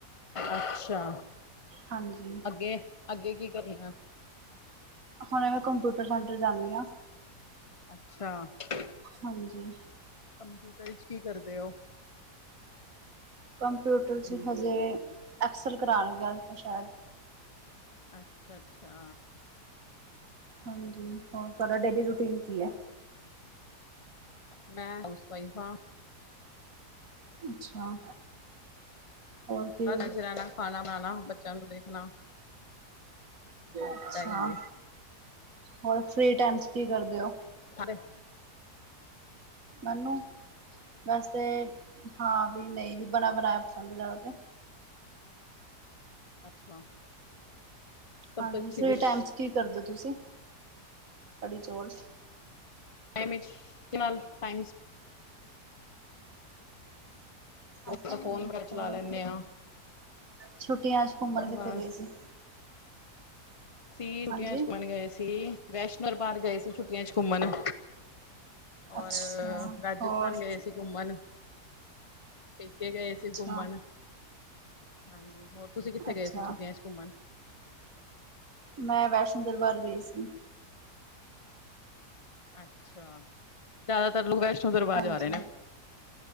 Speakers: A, on the left; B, on the right.
A: ਅੱਛਾ
B: ਹਾਂਜੀ
A: ਅੱਗੇ-ਅੱਗੇ ਕੀ ਕਰਨਾ-? -
B: ਹੁਣ ਮੈਂ ਕੰਪਊਟਰ ਸੈਂਟਰ ਜਾਂਦੀ ਹਾਂ
A: ਅੱਛਾ ਕੰਪਊਟਰ
B: ਹਾਂਜੀ
A: ਚ ਕੀ ਕਰਦੇ ਹੋ-? -
B: ਕੰਪਿਊਟਰ ਚ ਹਜੇ ਐਕਸਲ ਕਰਾਉਣਗੇ ਅਜ ਤੋਂ ਸ਼ਾਇਦ
A: ਅੱਛਾ-ਅੱਛਾ
B: ਹਾਂਜੀ ਹੋਰ ਤੁਹਾਡਾ ਡੇਲੀ ਰੂਟੀਨ ਕੀ ਹੈ?
A: ਮੈਂ ਹਾਊਸ ਵਾਈਫ ਹਾਂ
B: ਅੱਛਾ ਹੋਰ ਕੀ
A: ਬਸ ਰਹਿਣਾ ਖਾਣਾ ਬਣਾਣਾ ਬੱਚਿਆਂ ਨੂੰ ਦੇਖਣਾ ਬਸ
B: ਅੱਛਾ,
A: ਦਾ ਹੀ ਹੈ।
B: ਹੋਰ ਫਰੀ ਟਾਈਮ ਚ ਕੀ ਕਰਦੇ ਹੋ?
A: <unintelligible>
B: ਮੈਨੂੰ ਵੈਸੇ ਹਾਂ ਵੀ ਨਹੀਂ ਵੀ ਬਣਾ ਬਣਾਇਆ ਪਸੰਦ ਹੈ ਜ਼ਿਆਦਾ ਤੇ
A: ਅੱਛਾ ਸਭ
B: ਹਾਂਜੀ,
A: ਤੋਂ ਅੱਛੀ
B: ਫਰੀ
A: ਡਿਸ਼
B: ਟਾਈਮ ਚ ਕੀ ਕਰਦੇ ਤੁਸੀਂ ਕੜੀ ਚੋਲ
A: ਟਾਮਚ ਇਸਮਾਲ ਟਾਈਮਸ
B: ਅੱਛਾ
A: ਆ ਫੋਨ ਵਗੈਰਾ ਚਲਾ
B: ਹੋਰ
A: ਲੈਂਦੇ ਆ
B: ਛੁੱਟੀਆਂ ਚ ਘੁੰਮਣ ਕਿਤੇ
A: ਬਸ
B: ਗਏ ਸੀ?
A: ਸੀ ਛੁੱਟੀਆਂ
B: ਹਾਂਜੀ
A: ਚ ਘੁਮਉਣ ਗਏ ਸੀ। ਵੈਸ਼ਨੋ ਦਰਬਾਰ ਗਏ ਸੀ ਛੁੱਟ ਟੀਆਂ ਚ ਘੁੰਮਣ ਔਰ
B: ਅੱਛਾ
A: ਰਾਜਸਥਾਨ
B: ਹੋਰ
A: ਗਏ ਸੀ ਘੁੰਮਣ-। ਪੇਕੇ ਗਏ ਸੀ
B: ਅੱਛਾ
A: ਘੁੰਮਣ ਹਾਂਜੀ, ਹੋਰ ਤੁਸੀਂ ਕਿੱਥੇ
B: ਅੱਛਾ
A: ਗਏ ਸੀ? ਛੁੱਟੀਆਂ ਚ ਘੁੰਮਣ।
B: ਮੈਂ ਵੈਸ਼ਨੋ ਦਰਬਾਰ ਗਈ ਸੀ
A: ਅੱਛਾ, ਜਿਆਦਾਤਰ ਲੋਕ ਵੈਸ਼ਨੋ ਦਰਬਾਰ
B: ਹਾਂਜੀ
A: ਜਾ ਰਹੇ ਨੇ